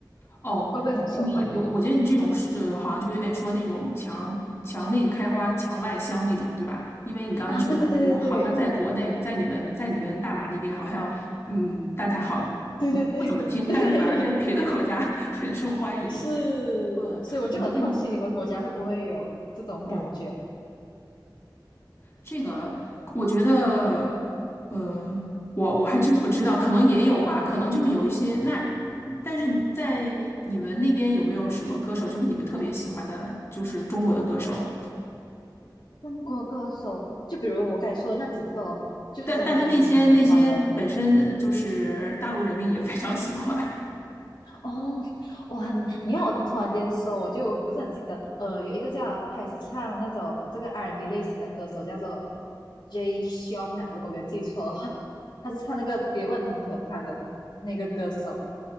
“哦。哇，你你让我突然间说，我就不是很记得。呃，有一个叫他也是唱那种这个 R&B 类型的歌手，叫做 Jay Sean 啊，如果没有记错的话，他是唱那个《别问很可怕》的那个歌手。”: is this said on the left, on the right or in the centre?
Left